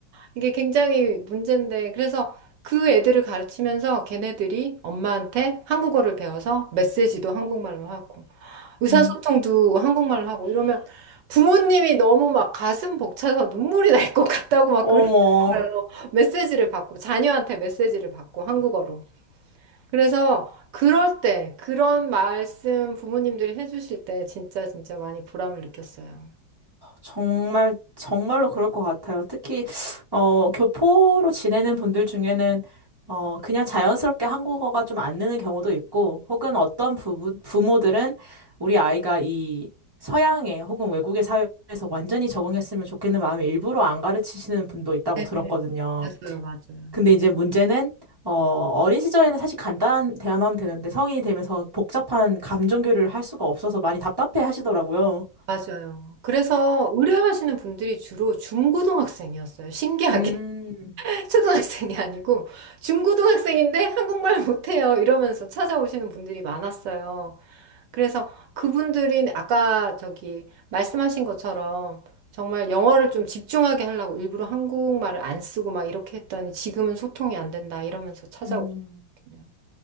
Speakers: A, on the right; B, on the right.
A: 이게 굉장히 문제인데. 그래서 그 애들을 가르치면서 걔네들이 엄마한테 한국어를 배워서 메시지도 한국말로 하고 의사소통도
B: 음.
A: 한국말로 하고 이러면 부모님이 너무 막 가슴 벅차서 눈물이 날 것 같다고 막
B: 어머.
A: 그러시더라고요. 메시지를 받고 자녀한테 메시지를 받고 한국어로. 그래서 그럴 때 그런 말씀 부모님들이 해주실 때 진짜 진짜 많이 보람을 느꼈어요.
B: 정말, 정말로 그럴 것 같아요. 특히, 어, 교포로 지내는 분들 중에는, 어, 그냥 자연스럽게 한국어가 좀 안 느는 경우도 있고, 혹은 어떤 부부, 부모들은 우리 아이가 이 서양의 혹은 외국의 사회에서 완전히 적응했으면 좋겠는 마음에 일부러 안 가르치시는 분도 있다고
A: 네,
B: 들었거든요.
A: 맞아요, 맞아요.
B: 근데 이제 문제는, 어, 어린 시절에는 사실 간단한 대화만 하면 되는데, 성인이 되면서 복잡한 감정 교류를 할 수가 없어서 많이 답답해 하시더라고요.
A: 맞아요. 그래서 의뢰하시는 분들이 주로 중고등학생이었어요. 신기하게.
B: 음,
A: 초등학생이 아니고 중고등학생인데 한국말 못해요. 이러면서 찾아오시는 분들이 많았어요. 그래서 그분들이 아까 저기 말씀하신 것처럼 정말 영어를 좀 집중하게 하려고 일부러 한국말을 안 쓰고 막 이렇게 했더니 지금은 소통이 안 된다 이러면서 찾아오셨거든요.
B: 음.